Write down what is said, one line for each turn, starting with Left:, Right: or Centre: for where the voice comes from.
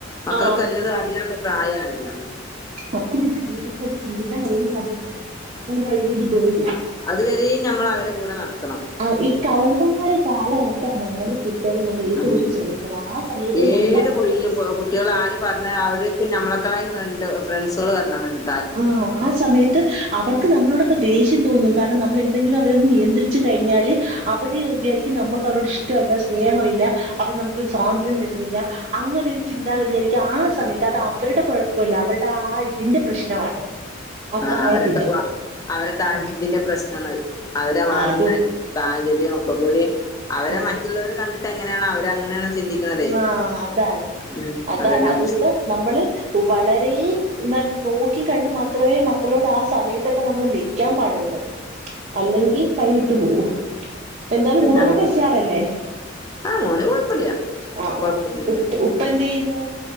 Left: മക്കൾക്ക്
Right: ആ
Left: എല്ലതും അറിയാനുള്ള പ്രായമായല്ലോ
Right: അപ്പന അവിടെ ജീവിതത്തെ പറ്റി ചിന്തിക്കാൻ അറിയുന്ന സമയമാണ് അപ്പൊ അവ വഴികേണ്ടി പോവില്ല
Left: അതുവരെയും നമ്മൾ അവരെ കൂടെ നടക്കണം
Right: ആ ഈ കൗമ്മാര കാലഘട്ടമാണ് കുട്ടികളെ നമ്മൾ ഏറ്റവും
Left: ഉ
Right: കൂടുതൽ ശ്രദ്ധിക്കണം ആ സമയത്ത്
Left: ഏത്
Right: നമ്മുടെ കയ്യിലൊരു
Left: കുഴയില് കുട്ടികൾ ആര് പറഞ്ഞ അവരക്കെ നമ്മളെ യണ്ട് ഫ്രണ്ട്സുകൾ പറഞ്ഞത
Right: ആഹ് ആ സമയത്ത് അവർക്ക് നമ്മളോടൊക്കെ ദേഷ്യം തോന്നും കാരണം നമ്മൾ എന്തെങ്കിലും അവരൊന്നു നിയന്ത്രിച്ചു കഴിഞ്ഞാൽ അവര് വിചാരിക്കും നമ്മുക്ക് അവരുടെ ഇഷ്ടമല്ല സ്നേഹം ഇല്ല അപ്പൊ നമുക്കൊരു സ്വാതന്ത്ര്യം തരുന്നില്ല അങ്ങനെരു ചിന്താഗതിയായിരിക്കും ആ സമയത്ത് അത് അവരുടെ കുഴപ്പമല്ല അവരുടെ ആ ഇതിന്റെ പ്രശ്നമാണ് ആ
Left: ആഹ്
Right: പ്രായത്തിന്റെ
Left: അവരൊക്കെ വ അവരെ താൽ
Right: ആഹ്
Left: ഇതിന്റെ പ്രശ്നമാണ് അവരെ വളർന്ന
Right: അത്
Left: സാഹചര്യം ഒക്കെ കൂടി അവരെ
Right: ആഹ്
Left: മറ്റുള്ളവർ കണ്ടിട്ട് എങ്ങനെയാണ് അവര് അങ്ങനെയാണ് ചിന്തിക്കണതേ
Right: ആഹ് അതാണ്
Left: ഉം
Right: അതാണ്
Left: അതന്നെ
Right: അതുകൊണ്ട്
Left: പ്രശ്നം
Right: നമ്മള് വളരെ എന്താണ് നോക്കി കണ്ട് മാത്രമേ മക്കളോട് ആ സമയത്തൊക്കെ നമ്മൾ നിൽക്കാൻ പാടുള്ളൂ അല്ലെങ്കിൽ കൈവിട്ടു പോവും എന്തായാലും മോനൊക്കെ
Left: അതോ
Right: ഉഷാറല്ലേ
Left: ആഹ് ഓന് കൊഴപ്പില്ല
Right: ആഹ്
Left: കൊഴപ്പൊന്നില്ല
Right: ആഹ് ഉപ്പ് ഉപ്പ എന്ത് ചെയ്യുന്നു